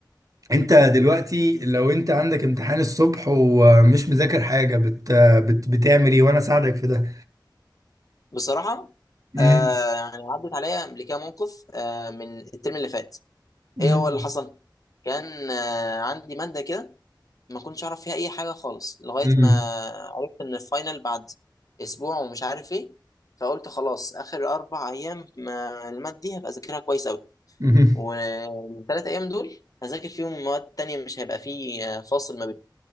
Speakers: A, on the right (about 45°); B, on the left (about 45°).
A: انت دلوقتي لو انت عندك امتحان الصبح ومش مذاكر حاجة بت... بت... بتعمل ايه وانا اساعدك في ده
B: <laughs> بصراحة
A: مم.
B: آه يعني عدت عليا قبل كده موقف آه من الترم اللي فات
A: مم.
B: ايه هو اللي حصل؟ كان آه عندي مادة كده ما كنتش اعرف فيها اي حاجه خالص لغايه
A: مم.
B: ما عرفت ان الفاينل بعد اسبوع ومش عارف ايه فقلت خلاص اخر اربع ايام ما المادة دي هبقى اذاكرها كويس قوي
A: مم.
B: والثلاث ايام دول هذاكر فيهم مواد تانية مش هيبقى فيه آه، فاصل ما بينهم